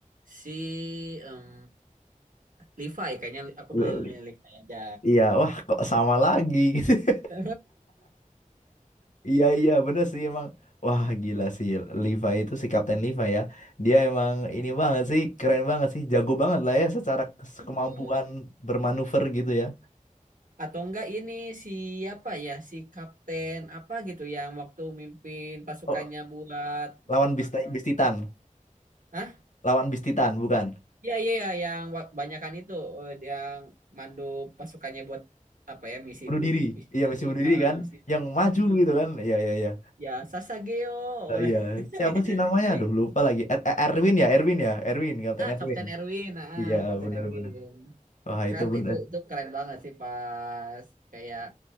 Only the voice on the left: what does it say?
eh,
iya wah kok sama lagi. <laughs>
Iya iya bener sih emang wah gila sih Levi itu si Kapten Levi ya dia emang ini banget sih keren banget sih jago banget lah ya secara kes-
kemampuan bermanuver gitu ya
oh,
lawan bis bis Titan
lawan bis Titan bukan
bunuh
diri
iya misi bunuh
diri kan
yang maju gitu kan iya iya iya
Eh, iya
siapa sih namanya
aduh lupa lagi Er- Er- Erwin ya Erwin ya Erwin Kapten
Erwin
iya
bener
bener wah
itu bener